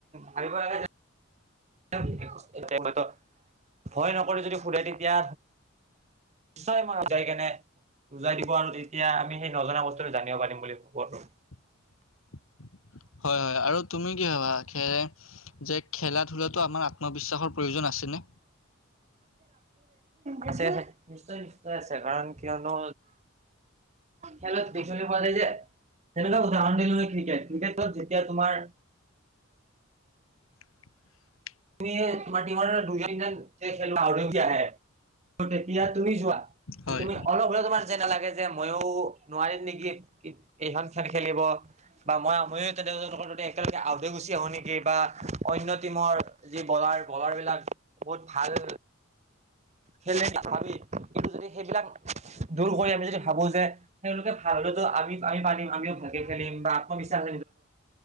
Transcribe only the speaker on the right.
ভাবিব লাগে। ভয় নকৰি যদি সুধে তেতিয়া নিশ্চয় যায়কিনে বুজাই দিব আৰু তেতিয়া আমি সেই নজনা বস্তুটো জানিব পাৰিম বুলি ভাবো আৰু
আছে আছে নিশ্চয় নিশ্চয় আছে কাৰণ কিয়নো খেলত পালি যে তেনেকুৱা উদাহৰণ দিল ক্ৰিকেট ক্ৰিকেটত যেতিয়া তোমাৰ
তুমি তোমাৰ টিমৰ দুজন যেন এই খেল আৰকি আহে তেতিয়া তুমি যোৱা
তুমি অলপ হল তোমাৰ যে নালাগে যে ময়ো নোৱাৰিম নেকি এইখন খেল খেলিব বা মই আময়ো তেৰৰ ত একেলগে আউতে গুচি আহো নেকি বা অন্য টিমৰ যি বলাৰ বলাৰ বিলাক বহুত ভাল খেলে আৰু এইটো যদি সেইবিলাক দূৰ কৰি আমি যদি ভাবো যে তেওঁলোকে ভাল হলে আমি আমি পাৰিম আমিও ভালকে খেলিম বা আত্মবিশ্বাস,